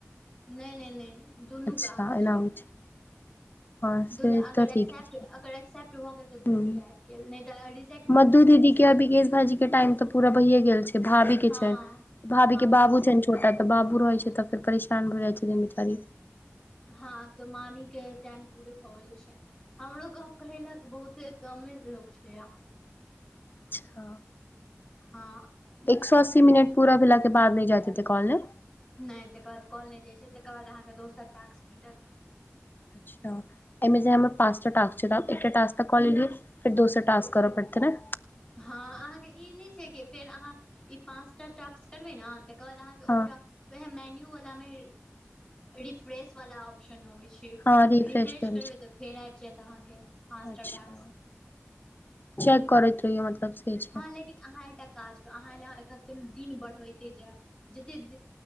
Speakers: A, on the left (about 20°); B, on the left (about 45°).
A: नहि, नहि, नहि, दुनूके
B: अच्छा
A: आबै
B: एना
A: छै।
B: होइ हँ से
A: दुनु अगर
B: तऽ
A: एक्सेप्ट
B: ठीके छै
A: अगर एक्सेप्ट भऽ गेल तऽ,
B: हूँ
A: दुनूके आबि गेल नहि तऽ रिजेक्ट भेल
B: मधु
A: तऽ दुनूमे
B: दीदी
A: सँ
B: के आओ
A: ककरो
B: विकेश भाजी के टाइम तऽ पूरा भहिए गेल छै, भाभी के
A: हँ
B: छैन। भाभी
A: हँ
B: के बाबू छैन ने छोटा तऽ बाबू रहै छै तऽ, फेर परेशान भ जाइ छैन बिचारी।
A: हँ तऽ मामी के टाइम पूरे भऽ गेल छैन, हमरो कहब कहेला त बहुते कमे लोक छै, आ
B: अच्छा!
A: हँ।
B: एक सौ अस्सी मिनट पूरा भेल के बाद नहि जाते कॉल ने।
A: नहि तकर बाद काँल नहि जाइ छै, तकर बाद अहाँके दोसर टाक्स भेटत।
B: अच्छा! एहिमे जे हमर पाँच टा टास्क छै, एकटा टास्क तक कऽ लेलियै, फेर दोसर टास्क करऽ पड़ते ने।
A: हँ, अहाँके ई नहि छै कि फेर, अहाँ ई पाँचटा टाक्स करबै ने। तकर बाद अहाँके
B: हँ
A: ओहिठाम वएह मेन्यू वाला मे रिफ्रेश वाला ऑप्शन अबै छै।
B: हँ
A: रिफ्रेश
B: करै
A: करबे
B: छै
A: त, फेर आइब जैत आहाँके पाँचटा
B: अच्छा
A: टाक्स।
B: चेक करैत रहियौ मतलब से छै।
A: हँ लेकिन अहाँ एकटा काज करब, अहाँ एना एक दिन बढ़बैते जायब, जतेक